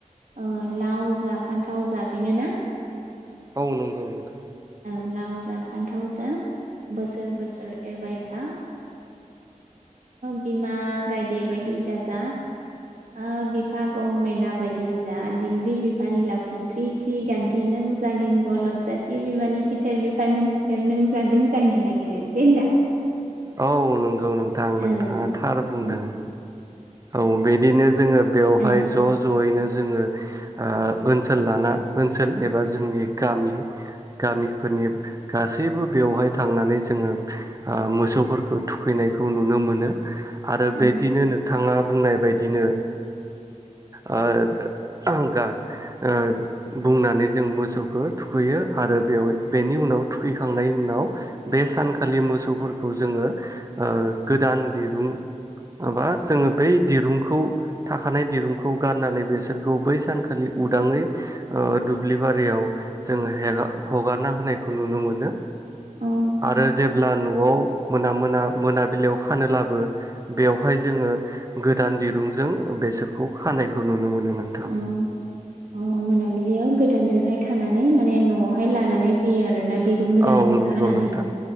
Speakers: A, on the right; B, on the right.
A: ओ लाव जा फान्थाव जा बेनोना
B: औ नंगौ नोंथां।
A: लाव जा फान्थाव जा बोसोर बोसोर एरबाय था बिमा ओ गायदे बायदि दाजा ओ बिफा गं मेना बायदि जा दिंग्रि बिफानि लावथि ख्रि ख्रि गान्थि नों जागिन बलद जाथि बिमानि खिथेर बिफानि खिथेर नों जागोन जांगिला गेदेर बे नो दा
B: औ नंगौ नोंथां नोंथाङा
A: ओ
B: थार बुंदों।
A: उम
B: औ बिदिनो जोङो बेवहाय
A: ओं
B: ज' ज'यैनो जोङो ओ ओनसोल लाना ओनसोल एबा जोंनि गामि गामि फोरनि गासैबो बेवहाय थांनानै जोङो ओ मोसौफोरखौ थुखैनायखौ नुनो मोनो। आरो बिदिनो
A: उम
B: नों थाङा बुंनाय बायदिनो ओ गा ओ बुंनानै जों मोसौखौ थुखैयो आरो बेयाव बेनि उनाव थुखैखांनायनि उनाव बे सानखालि मोसौफोरखौ जोङो गोदान दिरुं माबा जोङो बै दिरुंखौ थाखानाय दिरुंखौ गारनानै बेसोरखौ बै सानखालि उदाङै दुब्लि बारियाव जोङो हेगा हगारना होनायखौ नुनो मोनो।
A: ओं औ
B: आरो जेब्ला न'आव मोना मोना मोनाबिलियाव खानोलाबो बेवहाय जोङो गोदान दिरुंजों बेसोरखौ खानायखौ नुनो मोनो। नोंथां
A: औ औ मोनाबिलियाव गोदानजोंहाय खानानै माने न'आव हाय लानानै फैयो आरोना दिरुं गोदानजों
B: औ नंगौ
A: खानानै
B: नोंथां